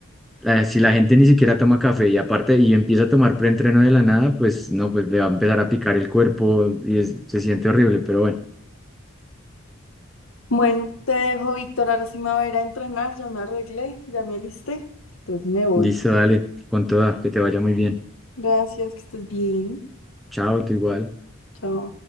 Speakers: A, in the centre; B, on the left.
A: la- si la gente ni siquiera toma café y aparte y empieza a tomar preentreno de la nada, pues no, pues le va a empezar a picar el cuerpo y es- se siente horrible. Pero bueno,
B: Bueno, te dejo, Víctor. Ahora sí me voy a ir a entrenar. Ya me arreglé, ya me alisté. Entonces me voy.
A: listo, dale, con toda, que te vaya muy bien.
B: Gracias, que estés bien.
A: Chao, tú igual.
B: Chao.